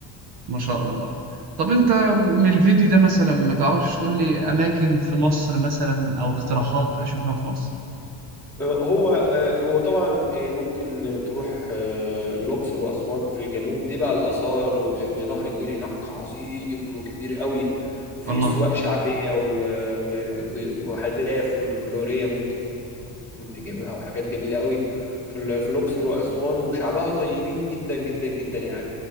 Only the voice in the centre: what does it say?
هو هو طبعا آه، ممكن تروح آه، الأقصر وأسوان في الجنوب دي بقى الآثار و- ونهر النيل هناك عظيم وكبير قوي وفي
سواق شعبية و- و- و- وهدايا فلكلورية ممكن تجيبها وحاجات جميلة قوي في ال- في الأقصر وأسوان وشعبها طيبين جدا جدا جدا يعني